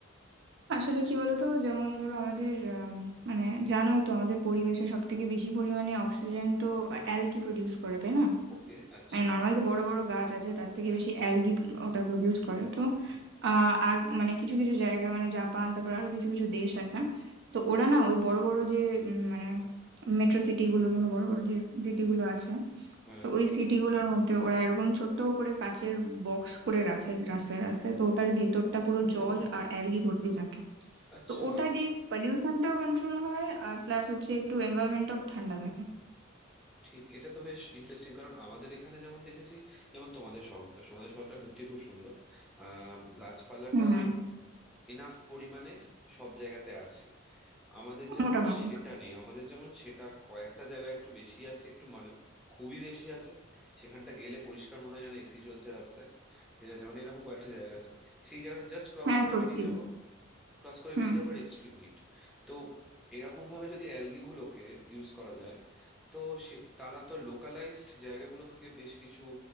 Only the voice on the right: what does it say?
আসলে কি বলতো যেমন ধরো আমাদের আম, মানে জানোই তো আমাদের পরিবেশে সব থেকে বেশি পরিমাণে অক্সিজেন তো অ্যালগি প্রডিউস করে তাই না
মানে নর্মাল যে বড় বড় গাছ আছে তার থেকে বেশি
অ্যালগি ওটা প্রডিউস করে তো
আহ আগ মানে কিছু কিছু জায়গায় মানে জাপান তারপর আরো কিছু কিছু দেশ আছে তো ওরা না ওই বড় বড় যে উম, মানে মেট্রো সিটি গুলো কিংবা বড় বড় যে সিটি গুলো আছে
তো ওই সিটিগুলোর মধ্যে ওরা এরকম ছোট্ট করে কাচের বক্স করে রাখে রাস্তায় রাস্তায় তো ওটার ভেতরটা পুরো
জল আর অ্যালগি ভর্তি থাকে
তো ওটা দিয়ে পলিউশনটাও কন্ট্রোল হয় আর প্লাস হচ্ছে একটু এনভায়রনমেন্টটাও ঠান্ডা থাকে
হুম
মোটামুটি
হ্যাঁ
সত্যি
হুম